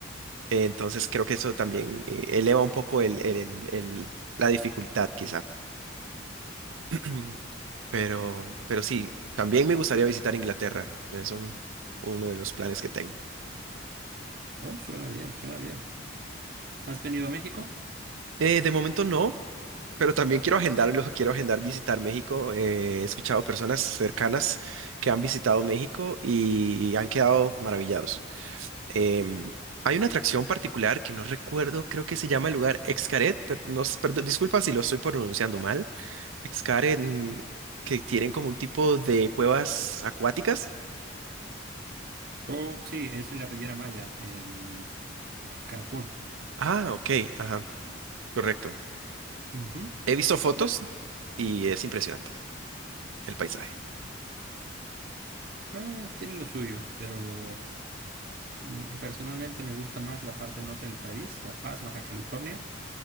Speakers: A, on the right; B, on the right.
A: Eh, entonces creo que eso también eh, eleva un poco el, el- el- el- la dificultad quizá. <clears throat> Pero, pero sí, también me gustaría visitar Inglaterra. Es un- uno de los planes que tengo.
B: Oh, suena bien, suena bien. ¿Has venido a México?
A: Eh, de momento no, pero también quiero agendarlo, quiero agendar visitar México. Eh, he escuchado personas cercanas que han visitado México y han quedado maravillados. Em, hay una atracción particular que no recuerdo, creo que se llama el lugar Xcaret, pero no, s- perdón, disculpa si lo estoy pronunciando mal, excavar en que tienen como un tipo de cuevas acuáticas.
B: Oh, sí, es en la Riviera Maya, en Cancún.
A: Ah, ok, ajá, correcto.
B: Ujú,
A: He visto fotos
B: ¿Ves?
A: y es impresionante el paisaje.
B: Eh, tiene lo suyo, pero Mm, Personalmente me gusta más la parte norte del país, La Paz, Baja California,